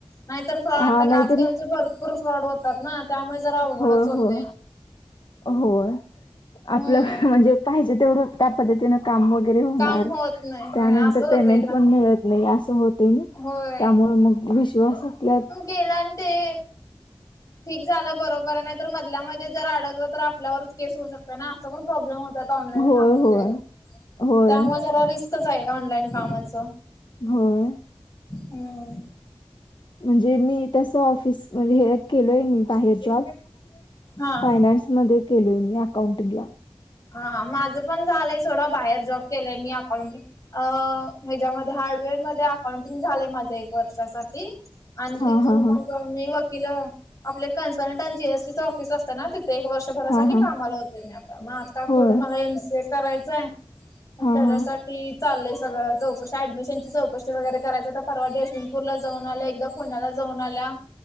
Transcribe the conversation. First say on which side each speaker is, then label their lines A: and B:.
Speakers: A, on the left; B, on the left.
A: नाहीतर फ्रॉ आता
B: हा नाहीतरी
A: आजकालचे भरपूर फ्रॉड होतात ना त्यामुळे जरा अवघडच
B: हो
A: होते.
B: हो होय
A: हम्म
B: आपलं म्हणजे पाहिजे तेवढं त्या पद्धतीन काम वगैरे होणार
A: काम होत नाही
B: त्यानंतर
A: होय असं होतय
B: पेमेंट
A: ना
B: पण मिळत नाही असं होतं ना
A: होय
B: त्यामुळे मग विश्वासातल्या
A: के ते ठीक झालं बरोबर नाही तर मधल्यामध्ये जर अडकलं तर आपल्यावरच केस होऊ शकत ना असं पण प्रॉब्लेम होतात ऑनलाईन
B: होय
A: कामामध्ये
B: होय होय
A: त्यामुळे जरा रिस्कच आहे ऑनलाइन कामाच
B: होय
A: हम्
B: म्हणजे मी तस ऑफिसमध्ये हे केलोय मी बाहेर जॉब
A: हा
B: फायनान्स मध्ये केलोय मी अकाउंटिंग ला
A: हा हा माझं पण झालंय सोडा बाहेर जॉब केलंय मी अकाउंट अ हच्या्यामध्ये हार्डवेअर मध्ये अकाउंटिंग झालंय माझ एक वर्षासाठी आणि
B: हा
A: तिथून
B: हा हा
A: मग मी वकिल आपले कन्सल्टंट जीएसटी चे ऑफिस असत ना तिथे एक वर्षभरासाठी
B: हा हा
A: कामाला होते आता म आता
B: होय
A: पुढे मला एमसीए करायचं आहे मग
B: हा
A: त्याच्यासाठी
B: हा
A: चालय सगळं चौकशी ऍडमिशनची चौकशी वगैरे करायचा तर परवा असेल जयसिंगपूर ला जाऊन आल्या एकदा पुण्याला जाऊन आल्या